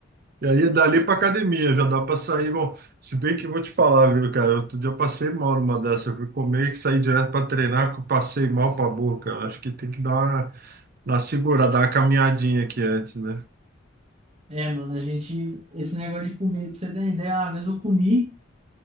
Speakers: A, on the right; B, on the right.
A: E aí, é dali pra academia, já dá pra sair. Bom, se bem que eu vou te falar, viu, cara? Outro dia eu passei mal numa dessa. Eu fui comer e saí direto pra treinar, que eu passei mal pra boca. Acho que tem que dar uma Dá uma segurada, dá uma caminhadinha aqui antes, né?
B: É, mano, a gente, esse negócio de comer, pra você ter uma ideia, uma vez eu comi,